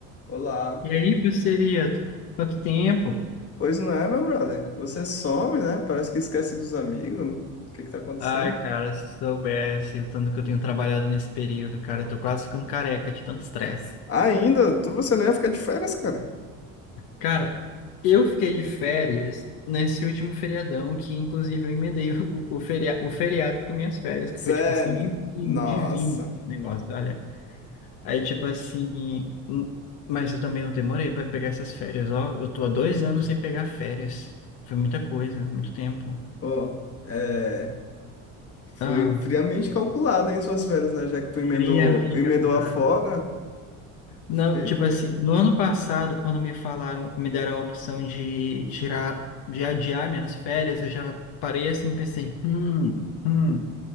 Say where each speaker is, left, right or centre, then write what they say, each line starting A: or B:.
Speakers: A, on the left (about 40°); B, on the left (about 70°).
A: Olá.
B: E aí, parceria? Quanto tempo?
A: Pois não é, meu brother? Você some, né? Parece que esquece dos amigos. O que que tá acontecendo?
B: Ai, cara, se soubesse o tanto que eu tenho trabalhado nesse período, cara, eu tô quase ficando careca de tanto estresse.
A: Ainda? Tu, você não ia ficar de férias, cara?
B: Cara, eu fiquei de férias nesse último feriadão, que inclusive eu emendei <laughs> o, o, feria, o feriado com minhas férias, que
A: Sério?
B: foi tipo assim, divino,
A: Nossa.
B: divino esse negócio, olha. Aí, tipo assim, hum, mas eu também não demorei pra pegar essas férias, ó. Eu tô há dois anos sem pegar férias. Foi muita coisa, muito tempo.
A: Ó, é... Foi
B: Ah,
A: friamente calculado, hein, suas férias, né? Já que tu emendou,
B: friamente
A: emendou
B: calculado.
A: a folga.
B: Não,
A: Perfeito.
B: tipo assim, no ano passado, quando me falaram, me deram a opção de tirar, de adiar minhas férias, eu já parei assim e pensei, hum, hum.